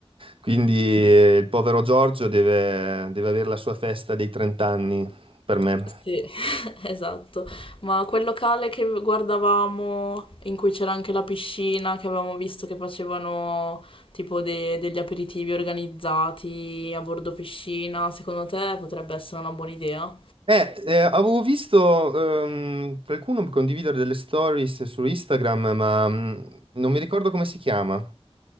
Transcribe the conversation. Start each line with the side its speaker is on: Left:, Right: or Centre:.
Right: Quindi eh, il povero Giorgio deve, deve avere la sua festa dei 30 anni per me.
Left: Sì, <laughs> esatto. Ma quel locale che guardavamo, in cui c'era anche la piscina, che avevamo visto che facevano tipo de- degli aperitivi organizzati a bordo piscina, secondo te potrebbe essere una buona idea?
Right: Eh, eh, avevo visto ehm, qualcuno condividere delle stories su Instagram, ma mh, non mi ricordo come si chiama.